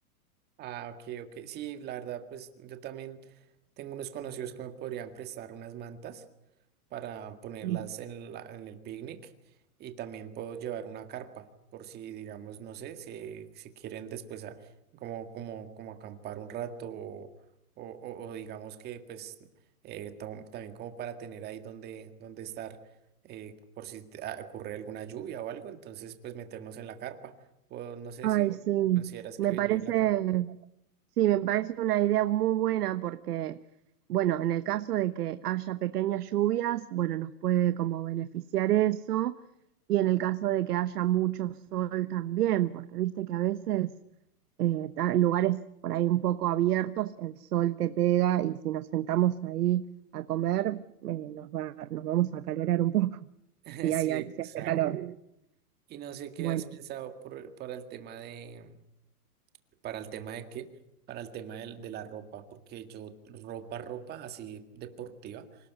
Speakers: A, on the right; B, on the right.
A: Ah, ok, ok. Sí, la verdad, pues yo también tengo unos conocidos que me podrían prestar unas mantas para ponerlas
B: Mm.
A: en la- en el picnic y también puedo llevar una carpa por si, digamos, no sé, si, si quieren después a- como, como, como acampar un rato o, o- o- o digamos que pues eh, tam- también como para tener ahí donde, donde estar eh, por si te- ah, ocurre alguna lluvia o algo, entonces pues meternos en la carpa. O no sé
B: Ay,
A: si
B: sí,
A: consideras
B: me
A: que
B: parece,
A: lleve la carpa.
B: sí, me parece una idea muy buena porque, bueno, en el caso de que haya pequeñas lluvias, bueno, nos puede como beneficiar eso, y en el caso de que haya mucho sol también, porque viste que a veces eh, ta- lugares por ahí un poco abiertos, el sol te pega y si nos sentamos ahí a comer, eh, nos va, nos vamos a acalorar un poco, <laughs>
A: <laughs>
B: si
A: Sí,
B: hay,
A: exacto.
B: si hace calor.
A: Y no sé qué
B: Bueno.
A: has pensado por- para el tema de, para el tema de qué, para el tema del- de, la ropa, porque yo ropa, ropa así deportiva